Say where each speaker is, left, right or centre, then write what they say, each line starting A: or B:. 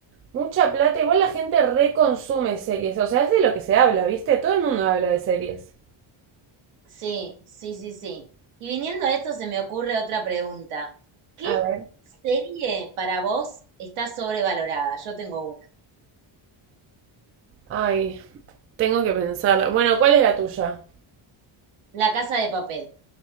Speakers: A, on the right (about 30°); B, on the right (about 80°).
A: mucha plata. Igual la gente reconsume series, o sea, es de lo que se habla, ¿viste? Todo el mundo habla de series.
B: Sí, sí, sí, sí. Y viniendo a esto se me ocurre otra pregunta. ¿Qué
A: A ver.
B: serie para vos está sobrevalorada? Yo tengo una.
A: Ay, Tengo que pensarla. Bueno, ¿cuál es la tuya?
B: La Casa de Papel.